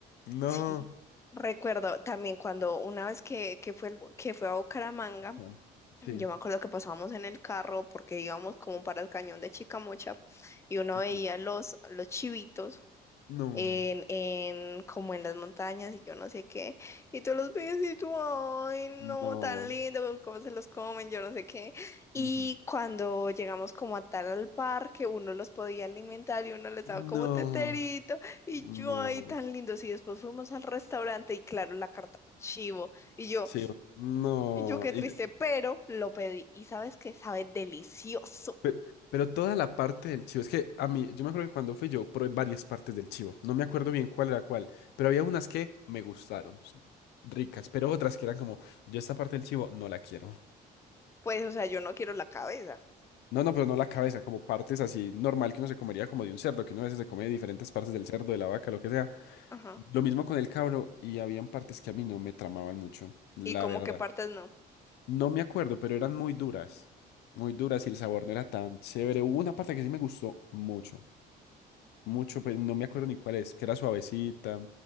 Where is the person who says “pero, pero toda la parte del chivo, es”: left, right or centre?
Left